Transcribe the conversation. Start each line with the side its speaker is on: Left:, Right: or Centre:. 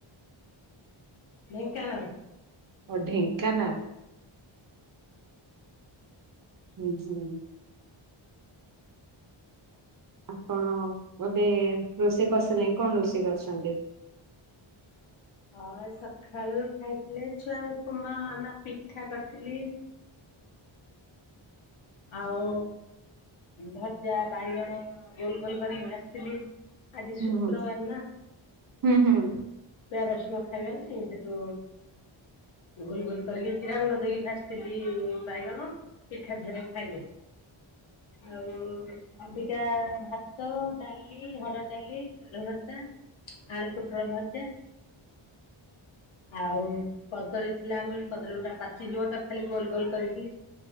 Left: ଢେଙ୍କାନାଳ।
Right: ଓ ଢେଙ୍କାନାଳ ହୁଁ। ହୁଁ। ଆପଣ ବୋଧେ ରୋଷେଇ କରିସାରିଲେଣି କଣ ରୋଷେଇ କରିଛନ୍ତି?
Left: ହଁ ସକାଳୁ ଖାଇଥିଲେ ଛୁଆ ଉପମା ନା ପିଠା କରିଥିଲି। ଆଉ ଭଜା ବାଇଗଣ ଗୋଲ ଗୋଲ କରିକି ଭାଜିଥିଲି। ଆଜି
Right: ହୁଁ
Left: ଶୁକ୍ରବାର
Right: ହୁଁ
Left: ନା
Right: ହୁଁ ହୁଁ
Left: ପାରସ ନ ଖାଇ ଛନ୍ତି ହେଠୁ - ଗୁଲ ଗୁଲ କରିକି ଜିରା ଗୁଣ୍ଡ ଦେଇକି ଭାଜିଥିଲି ବାଇଗଣ ପିଠା ଫେରେ ଖାଇଲେ। ଆଉ ଅବିକା ଭାତ ଡାଲି ହରଡ ଡାଲି ଆଳୁ ଭରତା। ଆଳୁ ପୋଟଳ ଭଜା। ଆଉ କଦଳୀ ଥିଲା ଆମ କଦଳୀ ଗୁରା ପାଚିଯିବ ତାକୁ ଖାଲି ଗୋଲ ଗୋଲ କରିକି